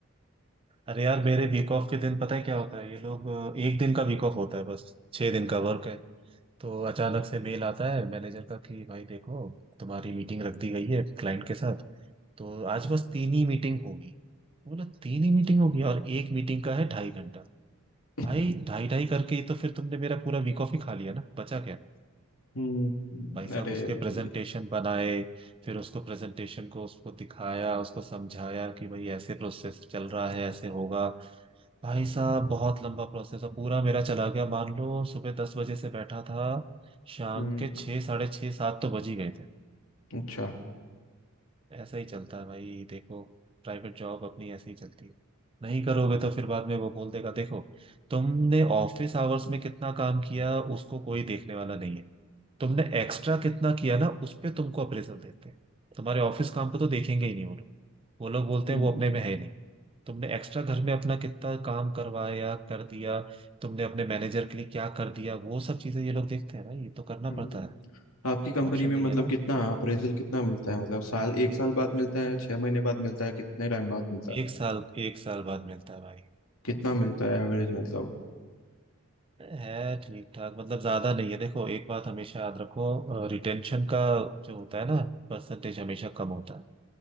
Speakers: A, on the right; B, on the left.
A: अरे यार मेरे वीक ऑफ के दिन पता है क्या होता है ये लोग अ, एक दिन का वीक ऑफ होता है बस छह दिन का वर्क है तो अचानक से मेल आता है मैनेजर का कि भाई देखो तुम्हारी मीटिंग रख दी गई है क्लाइंट के साथ तो आज बस तीन ही मीटिंग होगी बोला तीन ही मीटिंग होगी और एक मीटिंग का है ढाई घंटा
B: <laughs>
A: भाई ढाई ढाई करके ही तो फिर तुमने मेरा पूरा वीक ऑफ ही खा लिया ना बचा क्या
B: हम्म
A: भाई साहब
B: अरे
A: उसके
B: भाई
A: प्रेजेंटेशन बनाए फिर उसको प्रेजेंटेशन को उसको दिखाया उसको समझाया कि भाई ऐसे प्रोसेस चल रहा है ऐसे होगा भाई साहब बहुत लंबा प्रोसेस है पूरा मेरा चला गया मान लो सुबह दस बजे से बैठा था शाम
B: हम्म
A: के छः साढ़े छः सात तो बज ही गए थे
B: अच्छा
A: ऐसा ही चलता है भाई देखो प्राइवेट जॉब अपनी ऐसे ही चलती है नहीं करोगे तो फिर बाद में वो बोल देगा देखो तुमने ऑफिस आवर्स में कितना काम किया उसको कोई देखने वाला नहीं है तुमने एक्स्ट्रा कितना किया ना उस पे तुमको अप्रेजल देते हैं तुम्हारे ऑफिस काम को तो देखेंगे ही नहीं वो लोग वो लोग बोलते
B: हम्म
A: हैं वो अपने में है नहीं तुमने एक्स्ट्रा घर में अपना कितना काम करवाया कर दिया तुमने अपने मैनेजर के लिए क्या कर दिया वो सब चीजें ये लोग देखते हैं ना ये तो करना
B: हम्म
A: पड़ता है
B: आपकी कंपनी
A: ऑप्शन
B: में
A: नहीं
B: मतलब
A: है ना
B: कितना अप्रेजल कितना मिलता है मतलब साल एक साल बाद मिलता है छह महीने बाद मिलता है कितने टाइम बाद मिलता है
A: एक साल एक साल बाद मिलता है भाई
B: कितना मिलता है एवरेज मतलब
A: है ठीक ठाक मतलब ज्यादा नहीं है देखो एक बात हमेशा याद रखो रिटेंशन का जो होता है ना परसेंटेज हमेशा कम होता है